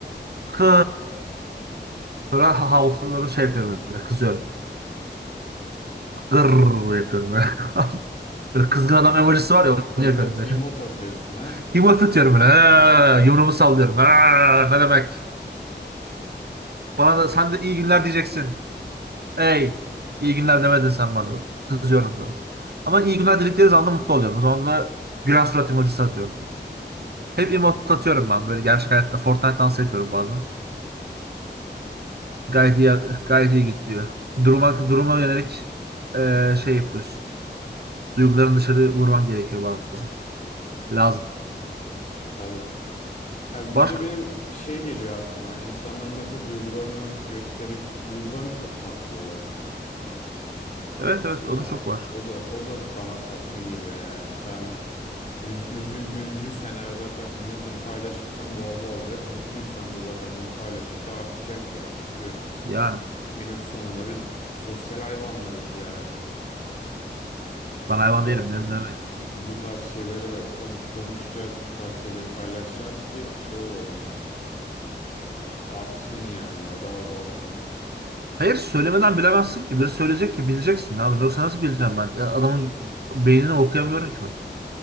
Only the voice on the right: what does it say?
Hı. Sonra havluları şey yapıyorum böyle kızıyorum. Gırr yapıyorum böyle. <laughs> Böyle kızgın adam emojisi var ya onu
yapıyorum böyle.
Yumurta atıyorum böyle. Ha, yumruğumu sallıyorum. Ha, ne demek? Bana da sen de iyi günler diyeceksin. Hey iyi günler demedin sen bana. Kızıyorum sonra. Ama iyi günler diledikleri zaman da mutlu oluyorum. O zaman da gülen surat emojisi atıyorum. Hep emot atıyorum ben böyle gerçek hayatta. Fortnite dansı yapıyorum bazen. Gayet iyi, gayet iyi gidiyor. Duruma, duruma yönelik eee, şey yapıyorsun. Duygularını dışarı vurman gerekiyor bazen. Lazım.
Başka?
Evet
evet o da çok var.
Yani
ben
hayvan
değilim ne ne demek.
Hayır söylemeden bilemezsin ki. Biri söyleyecek ki bileceksin abi. Yoksa nasıl bileceğim ben? Ya Adamın beynini okuyamıyorum ki ben.